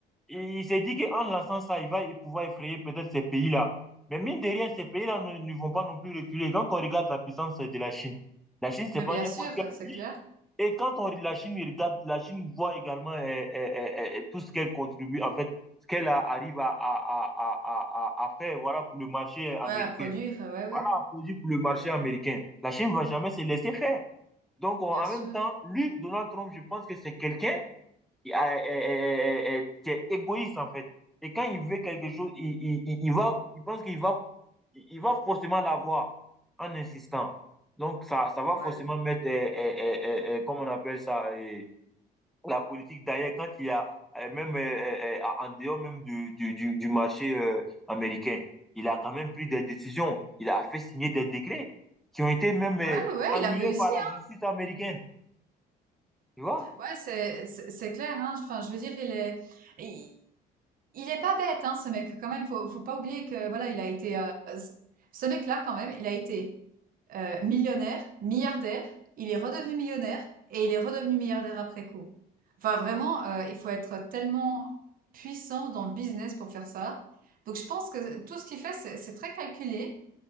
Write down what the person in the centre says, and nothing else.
il s'est dit qu'en lançant ça, il va pouvoir effrayer peut-être ces pays-là. Mais mine de rien, ces pays-là ne, ne, vont pas non plus reculer. Quand on regarde la puissance de la Chine, la Chine,
c'est pas
n'importe
quel
pays.
Et quand on la Chine regarde, la Chine voit également eh, eh, eh, eh, tout ce qu'elle contribue, en fait, ce qu'elle arrive à, à, à, à, à faire voilà, pour le marché américain.
Voilà un produit pour le marché américain. La Chine ne va jamais se laisser faire. Donc, en
même temps, lui, Donald Trump, je pense que c'est quelqu'un qui, est- est- est- qui est égoïste en fait. Et quand il veut quelque chose, il, il, il il va, il pense qu'il va, il va forcément l'avoir en insistant. Donc ça, ça va
forcément mettre, euh, euh, euh, euh, euh, on appelle ça, euh, la politique derrière quand il y a euh, même euh, euh, euh, en dehors même du, du, du, du marché euh, américain. Il a quand même pris des décisions. Il a fait signer des décrets qui ont été même
euh,
annulés
par la
justice américaine. Tu vois?